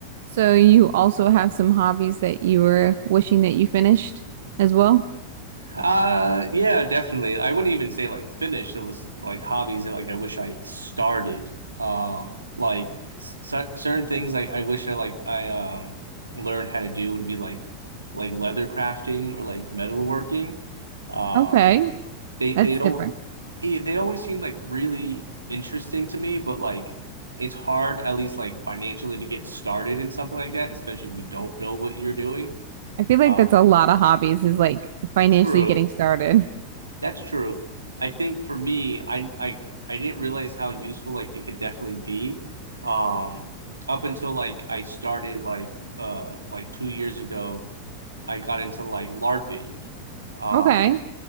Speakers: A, on the right; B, on the right.
A: So you also have some hobbies that you were wishing that you finished as well?
B: Uh, yeah, definitely. I wouldn't even say like finished. It was like hobbies that like I wish I started. Um, like c certain things like I wish I like I um learned how to do would be like like leather crafting or like metalworking. Um,
A: Okay,
B: they
A: that's
B: they don't
A: different.
B: eh, they always seem like really interesting to me, but like it's hard at least like financially to get started in something like that, especially if you don't know what you're doing.
A: I feel like
B: Uh,
A: that's a lot of hobbies is like financially
B: true.
A: getting started.
B: That's true. I think for me, I I I didn't realize how useful like it could definitely be. Um, up until like I started like uh like two years ago, I got into like LARPing. Um,
A: Okay,